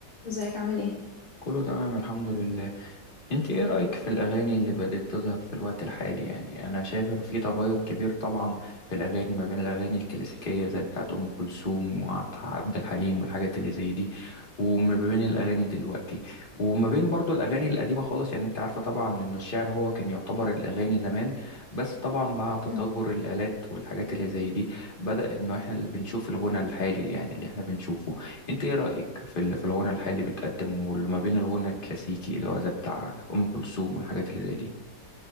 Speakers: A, on the left (about 60°); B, on the left (about 30°).
A: ازيك عامل ايه
B: كله تمام الحمد لله انت ايه رأيك في الاغاني اللي بدأت تظهر في الوقت الحالي يعني انا شايف انه في تغير كبير طبعا في الاغاني ما بين الاغاني الكلاسيكية زي بتاعت ام كلثوم وعبد عبد الحليم والحاجات اللي زي دي وما بين الاغاني دلوقتي وما بين برضو الاغاني القديمة خالص يعني انت عارفة طبعا ان الشعر هو كان يعتبر الاغاني زمان بس طبعا مع تطور
A: مم.
B: الالات والحاجات اللي زي دي بدأ انه احنا اللي بنشوف الغنى الحالي يعني اللي احنا بنشوفه انت ايه رأيك في ال- في الغنى الحالي اللي بيتقدم واللي ما بين الغنى الكلاسيكي اللي هو زي بتاع ام كلثوم والحاجات اللي زي دي